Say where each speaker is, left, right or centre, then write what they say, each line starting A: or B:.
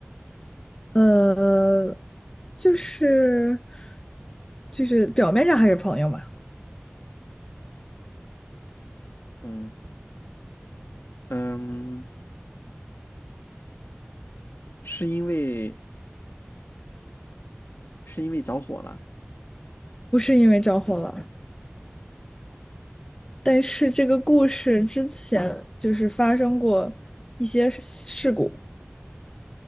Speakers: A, on the left; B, on the left.
A: 呃，就是就是表面上还是朋友嘛，
B: 嗯嗯，是因为是因为着火了。
A: 不是因为着火了，但是这个故事之前就是发生过一些事故，